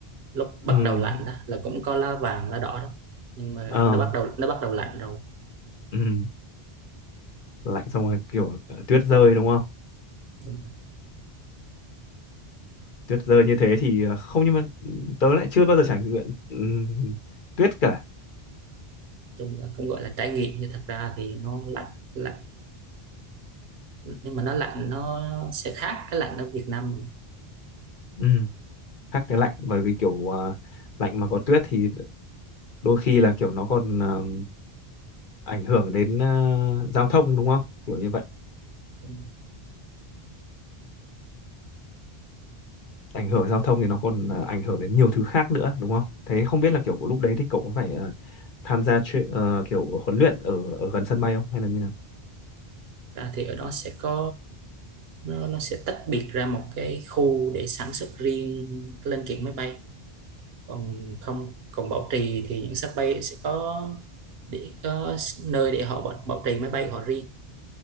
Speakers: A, on the right (about 75°); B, on the left (about 55°).
A: lúc bắt
B: ừ
A: đầu lạnh đó là cũng có lá vàng lá đỏ đó nhưng mà
B: ờ
A: nó bắt đầu nó bắt đầu lạnh rồi
B: ừ lạnh xong rồi kiểu ờ, tuyết rơi đúng không
A: Đúng rồi.
B: tuyết rơi như thế thì ờ, không nhưng mà tớ lại chưa bao giờ trải nghiệm ừm, tuyết cả
A: chung là cũng gọi là trải nghiệm nhưng thật ra thì nó lạnh lạnh nhưng mà nó lạnh nó sẽ khác cái lạnh ở Việt Nam mình
B: Ừm, khác cái lạnh bởi vì kiểu ờ, lạnh mà có tuyết thì đôi khi là kiểu nó còn ờ, ảnh hưởng đến ờ, giao thông đúng không kiểu như vậy
A: Đúng rồi.
B: ảnh hưởng giao thông thì nó còn ờ, ảnh hưởng đến nhiều thứ khác nữa đúng không thế không biết là kiểu lúc đấy thì cậu có phải ờ, tham gia chuyện ờ, kiểu huấn luyện ở ở gần sân bay không hay là như nào
A: ra thì ở đó sẽ có rồi nó sẽ tách biệt ra một cái khu để sản xuất riêng cái linh kiện máy bay còn không còn bảo trì thì những sắp bay sẽ có để có nơi để họ bảo, bảo trì máy bay của họ riêng